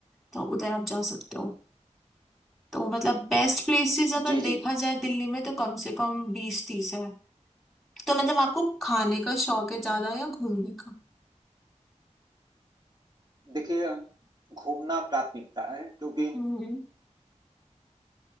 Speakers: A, in the centre; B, on the right (about 35°).
A: तो उधर आप जा सकते हो तो मतलब बेस्ट प्लेसेस अगर
B: जी
A: देखा
B: जी
A: जाए दिल्ली में तो कम से कम बीस तीस है तो मतलब आपको खाने का शौक है ज्यादा या घूमने का
B: देखिए घूमना प्राथमिकता है क्योंकि
A: हम्म